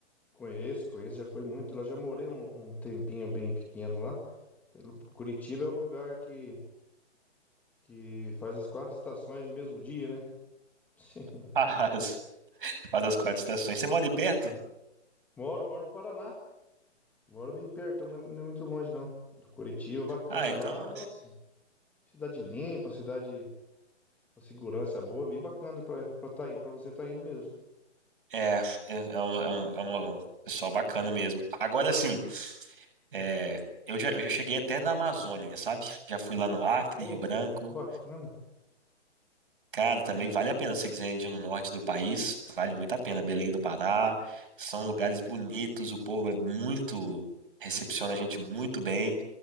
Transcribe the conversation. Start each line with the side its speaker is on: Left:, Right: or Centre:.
Centre: Conheço, conheço, já fui muito. Lá já morei um, um tempinho bem pequeno lá. Curitiba é o lugar que, que faz as quatro estações no mesmo dia, né? <laughs>
Right: <laughs> Faz, faz as quatro estações. Você mora aí perto?
Centre: Moro, moro no Paraná. Moro meio perto, não é não é muito longe, não. Do Curitiba, bacana.
Right: Ah, então.
Centre: Lá, nossa, cidade limpa, cidade com segurança boa, bem bacana pra, pra tá indo, pra você tá indo mesmo.
Right: É, é, é, é um, é um- é uma- pessoal bacana mesmo. Agora sim, é, eu já, eu já cheguei até na Amazônia, sabe? Já fui lá no Acre,
Centre: Ô,
Right: Rio Branco.
Centre: bacana.
Right: Cara, também vale a pena. Se você quiser ir no norte do país, vale muito a pena. Belém do Pará, são lugares bonitos, o povo é muito. Recepciona a gente muito bem